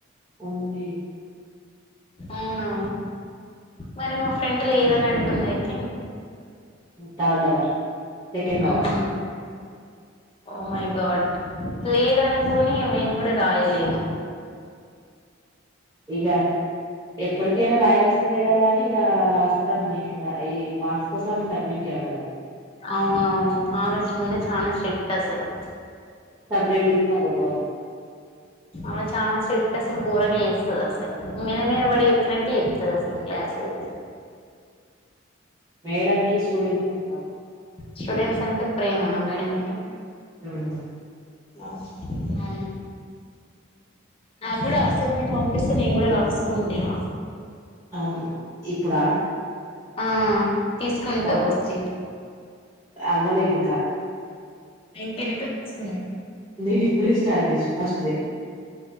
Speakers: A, on the right (about 15°); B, on the left (about 30°).
A: ఉంది
B: అవునా మరి మా ఫ్రెండ్లు లేదని అంటుంది అయితే
A: థర్డ్ అవర్ సెకండ్ అవర్
B: అవునా ఓ మై గాడ్ లేదనుకొని మేము గూడా రాయలేను
A: ఇగ ఎప్పటికైనా రాయాల్సిందే కదా అని ఇగ రా ఇస్తాను అండి ఈ మార్స్ కోసం సబ్మిట్ చేయాలి కదా
B: అవునవును ఆమె ముందే చనా స్ట్రిక్ట్ అస్సలు
A: సపరేట్ గా చదువుకోవాలి
B: ఆమె చానా స్ట్రిక్ అసలు ఘోరంగా ఎస్తది అసలు మీద మీద పడి చెప్తునట్టె చెప్పు సరే అసలు క్లాస్ అయితే
A: మేడం కి స్టూడెంట్స్ అంటున్నావ్
B: స్టూడెంట్స్ అంటే ప్రేమ నా మేడం కి
A: హ్మ్
B: లాస్ట్ మేడం నాక్ గూడా అసైన్మెంట్ పంపిస్తే నేను గూడా రాస్కుంటేనా
A: అవును ఇప్పుడా
B: ఆ తీస్కుంటా
A: పాపం
B: వచ్చి
A: అవ్వలే ఇంకా
B: ఇంక ఎన్ని పేపర్సున్నాయి
A: నేను ఇప్పుడే స్టార్ట్ జేసా ఫస్ట్ ది